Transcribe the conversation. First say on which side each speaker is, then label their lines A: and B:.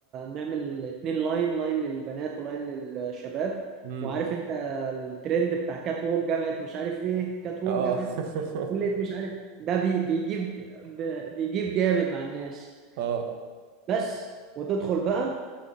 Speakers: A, on the right; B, on the right.
A: نعمل اتنين لاين لاين للبنات ولاين للشباب
B: امم
A: وعارف انت الترند بتاع كات ووك جامعة مش عارف ايه كات ووك
B: اه
A: جامعة
B: <laughs>
A: كلية مش عارف ده بي بيجيب ب- بيجيب جامد مع الناس
B: اه
A: بس وتدخل بقى